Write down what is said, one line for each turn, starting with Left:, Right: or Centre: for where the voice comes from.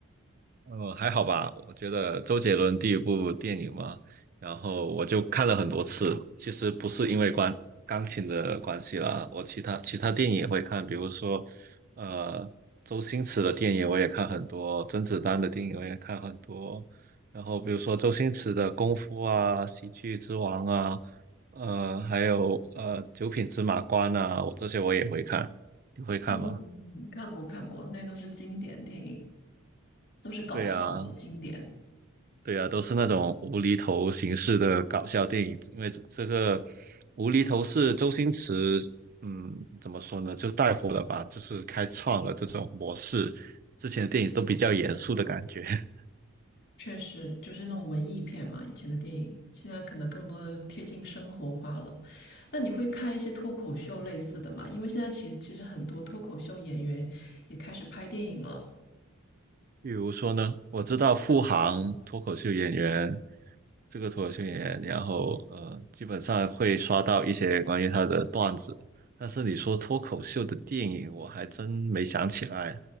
Right: 呃，还好吧，我觉得周杰伦第一部电影嘛，然后我就看了很多次。其实不是因为关钢琴的关系啦，我其他其他电影也会看，比如说，呃，周星驰的电影我也看很多，甄子丹的电影我也看很多。然后比如说周星驰的《功夫》啊，《喜剧之王》啊，呃，还有呃《九品芝麻官》啊，我这些我也会看。你会看吗？
Left: 嗯，看过看过，那都是经典电影。都是搞笑的经典。
Right: 对呀，对啊，都是那种无厘头形式的搞笑电影，因为这这个无厘头是周星驰，嗯，怎么说呢，就带火了吧，就是开创了这种模式。之前的电影都比较严肃的感觉，<laughs>
Left: 确实就是那种文艺片嘛，以前的电影，现在可能更多的贴近生活化了。那你会看一些脱口秀类似的吗？因为现在其其实很多脱口秀演员也开始拍电影了，
Right: 比如说呢，我知道付航脱口秀演员，这个脱口秀演员，然后呃，基本上会刷到一些关于他的段子，但是你说脱口秀的电影，我还真没想起来